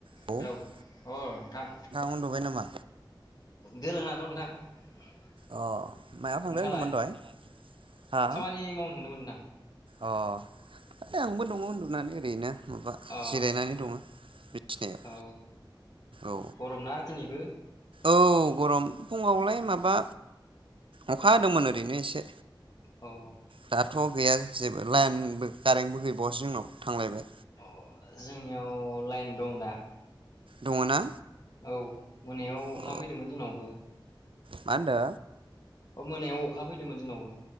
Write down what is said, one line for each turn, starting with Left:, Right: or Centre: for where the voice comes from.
Right: औ अ
Left: हेलौ अ नोंथां
Right: उन्दुबाय नामा
Left: गोलांना दं नोंथां <unintelligible>
Right: अ मायाव थांदों
Left: नोंथाङालाय
Right: होनदोंमोन दहाय हा
Left: खामानि मावनो थांदोंमोन नोंथां
Right: अ है आंबो दङ उन्दुनानै ओरैनो माबा
Left: अ
Right: जिरायनानै दङ बिथिनायाव
Left: औ
Right: औ
Left: गरमना दिनैबो
Right: औ गरम फुङावलाय माबा अखा हादोंमोन ओरैनो एसे
Left: औ
Right: दाथ' गैया जेबो लाइनबो कारेन्टबो ग बसिङाव थांलायबाय
Left: अ जोंनियाव लाइन दं दा
Right: दङ ना
Left: औ मोनायाव अखा
Right: अ
Left: फैदोंमोन जोंनावबो
Right: मा होनदो
Left: अ मोनायाव अखा फैदोंमोन जोंनावबो